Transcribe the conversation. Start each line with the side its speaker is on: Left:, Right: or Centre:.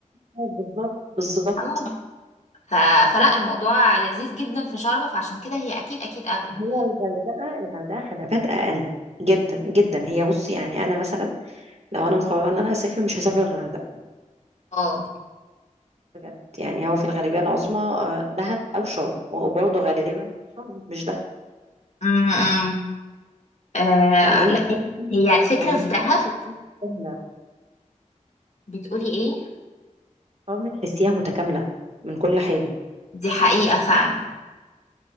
Right: بالظبط بالظبط
Left: اه ف... فلا الموضوع لذيذ جدا في شرم فعشان كده هي اكيد اكيد اغلى
Right: هي الغردقة الغردقة خدمات أقل جدا جدا هي بصي يعني أنا مثلا لو أنا مقررة إن أنا أسافر مش هسافر الغردقة
Left: اه
Right: بجد يعني هو في الغالبية العظمى آه، دهب أو شرم وبرضه غالبا شرم مش دهب
Left: امم آه
Right: فاهماني
Left: لا هي الفكرة
Right: يعني
Left: في
Right: شرم
Left: دهب
Right: تحسيها متكاملة
Left: بتقولي ايه
Right: شرم تحسيها متكاملة من كل حاجة
Left: دي حقيقة فعلا